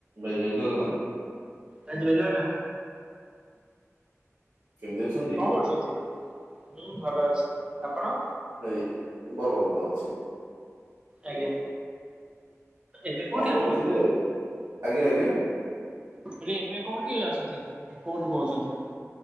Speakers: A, on the right; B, on the right.
A: ଭାଇ ଜୟ ଜଗନ୍ନାଥ।
B: ଭାଇ ଜଗନ୍ନାଥ।
A: କେମିତି ଅଛନ୍ତି?
B: କଣ କରୁଛନ୍ତି ମୁଁ ଭଲ ଅଛି ଆପଣ?
A: ଏଇ ଭଲ ଭଲ ଅଛି।
B: ଆଜ୍ଞା। ଏବେ କୋଉଠି
A: କଣ କରୁଥିଲେ
B: ଆପଣ ଅଛନ୍ତି?
A: ଆଜ୍ଞା ଆଜ୍ଞା।
B: ହେଲେ ଏବେ କୋଉଠି ଅଛନ୍ତି କୋଉଠୁ କହୁଛନ୍ତି।